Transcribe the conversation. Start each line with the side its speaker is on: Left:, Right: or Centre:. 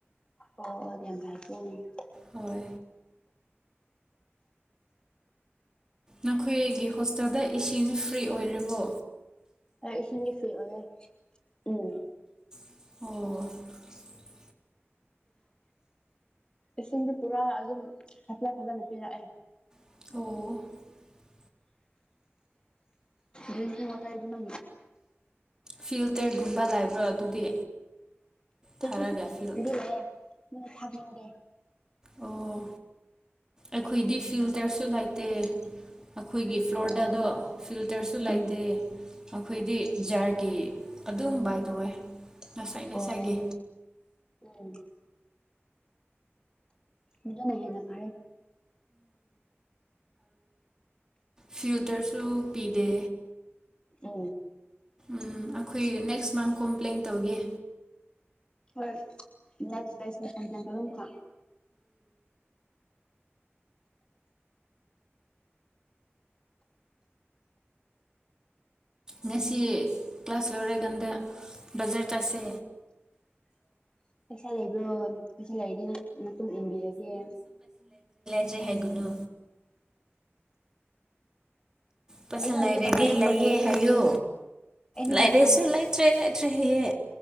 Left: ꯑꯣ ꯌꯥꯝꯦꯝ ꯍꯥꯏꯥꯏ ꯄ
Right: ꯍꯣꯏ ꯅꯈꯣꯏꯒꯤ ꯍꯣꯁꯇꯦꯜꯗ ꯏꯁꯤꯅ ꯐ꯭ꯔꯤ ꯑꯣꯏꯔꯤꯕꯣ
Left: ꯑ ꯏꯁꯤꯡꯁꯤꯡꯒꯁꯨ ꯎꯝ
Right: ꯑꯣ
Left: ꯏꯁꯤꯡꯁꯦ ꯄꯨꯔꯥ ꯑꯗꯨꯝ ꯁꯄꯂꯥ ꯐꯖꯅ ꯄꯤꯔꯛꯑꯦ
Right: ꯑꯣ
Left: ꯗꯔꯤꯀꯤ ꯑꯣꯏꯇꯥꯏ ꯑꯗꯨꯅ
Right: ꯐꯤꯜꯇꯔꯒꯨꯝꯕ ꯂꯩꯕ꯭ꯔꯣ ꯑꯗꯨꯗꯤ
Left: ꯑꯩ
Right: ꯊꯥꯔꯒ ꯐꯤꯜ
Left: ꯀꯗꯤ ꯂ ꯃ ꯊꯥꯄꯅꯤꯡꯗꯦ
Right: ꯑꯣ ꯑꯩꯈꯣꯏꯗꯤ ꯐꯤꯜꯇꯔꯁꯨ ꯂꯩꯇꯦ ꯑꯩꯈꯣꯏꯒꯤ ꯐ꯭ꯂꯣꯔꯗꯗꯣ
Left: ꯑꯣ
Right: ꯐꯤꯜꯇꯔꯁꯨ ꯂꯩꯇꯦ
Left: ꯎꯝ
Right: ꯑꯩꯈꯣꯏꯗꯤ ꯖꯥꯔꯒꯤ ꯑꯗꯨꯝꯕ ꯇꯦ ꯉꯁꯥꯏ ꯉꯁꯥꯏꯒꯤ
Left: ꯑꯣ ꯎꯝ ꯣ ꯅ ꯅ ꯐꯥꯦ
Right: ꯐ꯭ꯌꯜꯇꯔꯁꯨ ꯄꯤꯗꯦ
Left: ꯑ
Right: ꯎꯝ ꯑꯩꯈꯣꯏ ꯅꯦꯛꯁ ꯃꯟ ꯀꯣꯝꯄ꯭ꯂꯦꯟ ꯇꯧꯒꯦ
Left: ꯍꯣꯏ ꯅꯁ ꯗꯦꯁ ꯁꯖꯟ ꯇꯣ ꯅ ꯀ
Right: ꯉꯁꯤ ꯀ꯭ꯂꯥꯁ ꯂꯣꯏꯔꯀꯥꯟꯗ ꯕꯖꯥꯔ ꯇꯥꯥꯁꯦ꯫
Left: <inaudible> ꯄꯩꯁꯥ ꯂꯩꯕ꯭ꯔꯣ ꯄꯩꯁꯥ ꯂꯩꯔꯗꯤ ꯅꯪ ꯃꯇꯨꯡ ꯏꯟꯕꯤꯔꯒꯦ
Right: ꯆꯠꯇ꯭ꯔꯦ ꯍꯥꯏꯒꯅꯨ ꯄꯁꯟ
Left: ꯑꯩꯗꯤ ꯍꯧꯖꯤꯛꯀꯥꯟꯗꯤ
Right: ꯂꯩꯔꯗꯤ ꯂꯩꯌꯦ
Left: ꯑꯩꯗꯤ
Right: ꯍꯥꯏꯌꯣ
Left: ꯑꯩꯗꯤ
Right: ꯂꯥꯏꯔꯦꯁꯨ
Left: ꯍꯧꯖꯤꯛꯀꯥꯟꯗꯤ ꯑꯁ
Right: ꯂꯩꯇ꯭ꯔꯦ ꯂꯩꯇ꯭ꯔꯦ ꯍꯌꯦ